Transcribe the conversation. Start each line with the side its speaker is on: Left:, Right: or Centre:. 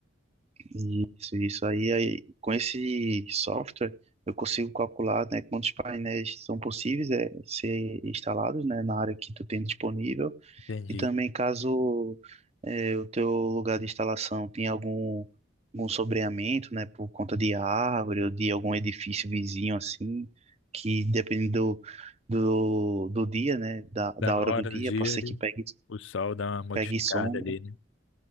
Right: Isso, isso aí, aí, com esse software, eu consigo calcular, né, quantos painéis são possíveis é, ser instalados, né, na área que tu tem disponível
Left: Entendi.
Right: E também caso eh, o teu lugar de instalação tenha algum, algum sobreamento, né, por conta de árvore ou de algum edifício vizinho assim, que dependendo do, do, do dia, né, da, da
Left: Da
Right: hora
Left: hora
Right: do dia,
Left: do dia,
Right: pode ser
Left: ali,
Right: que pegue,
Left: o sol dá uma modificada
Right: pegue sombra.
Left: ali, né?